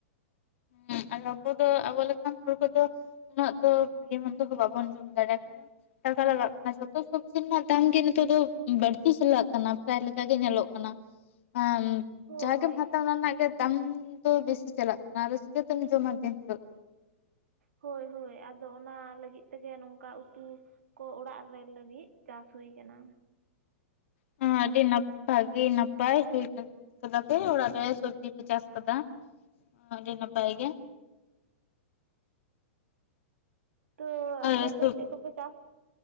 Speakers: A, on the left (about 65°); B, on the right (about 80°).
A: ᱦᱮᱸ ᱟᱨ ᱟᱵᱚ ᱫᱚ ᱟᱵᱚ ᱞᱮᱠᱟᱱ ᱦᱚᱲ ᱠᱚ ᱫᱚ ᱩᱱᱟᱹᱜ ᱫᱚ ᱵᱷᱟᱜᱮ ᱢᱚᱱᱫᱚ ᱦᱚᱸ ᱵᱟᱵᱚᱱ ᱡᱚᱢ ᱫᱟᱲᱮᱭᱟᱜ ᱠᱟᱨᱚᱱ ᱴᱟᱠᱟ ᱞᱟᱜᱟᱜ ᱠᱟᱱᱟ ᱡᱷᱚᱛᱚ ᱥᱚᱵᱽᱡᱤ ᱨᱮᱱᱟᱜ ᱫᱟᱢ ᱜᱮ ᱱᱤᱛᱚᱜ ᱫᱚ ᱵᱟᱹᱲᱛᱤ ᱪᱟᱞᱟᱜ ᱠᱟᱱᱟ᱾ ᱯᱨᱟᱭ ᱞᱮᱠᱟᱜᱮ ᱧᱮᱞᱚᱜ ᱠᱟᱱᱟ ᱟᱢ
B: ᱦᱳᱭ
A: ᱡᱟᱦᱟᱸᱜᱮᱢ ᱦᱟᱛᱟᱣᱟ ᱚᱱᱟ ᱨᱮᱱᱟᱜ ᱜᱮ ᱫᱟᱢ ᱫᱚ ᱵᱮᱥᱤ ᱪᱟᱞᱟᱜ ᱠᱟᱱᱟ ᱟᱫᱚ ᱪᱤᱠᱟᱹᱛᱮᱢ ᱡᱚᱢᱟ ᱫᱤᱱ ᱦᱤᱞᱟᱹᱜ᱾
B: ᱦᱳᱭ ᱦᱳᱭ ᱟᱫᱚ ᱚᱱᱟ ᱞᱟᱹᱜᱤᱫ ᱛᱮ ᱜᱮ ᱱᱚᱝᱠᱟ ᱩᱛᱩ ᱠᱚ ᱚᱲᱟᱜ ᱨᱮᱞ ᱞᱟᱹᱜᱤᱫ ᱪᱟᱥ ᱦᱩᱭ ᱠᱟᱱᱟ
A: ᱦᱚᱸ ᱟᱹᱰᱤ ᱱᱟᱯ ᱵᱷᱟᱹᱜᱤ ᱱᱟᱯᱟᱭ ᱦᱩᱭ ᱠᱟᱱᱟ᱾ ᱠᱟᱫᱟ ᱯᱮ ᱚᱲᱟᱜ ᱨᱮ ᱥᱚᱵᱽᱡᱤ ᱯᱮ ᱪᱟᱥ ᱠᱟᱫᱟ ᱟᱹᱰᱤ ᱱᱟᱯᱟᱭ ᱜᱮ᱾
B: ᱛᱚ
A: ᱟᱨ
B: ᱟᱯᱮ
A: ᱥᱚᱵ
B: ᱫᱚ ᱪᱮᱫ ᱠᱚᱯᱮ ᱪᱟᱥ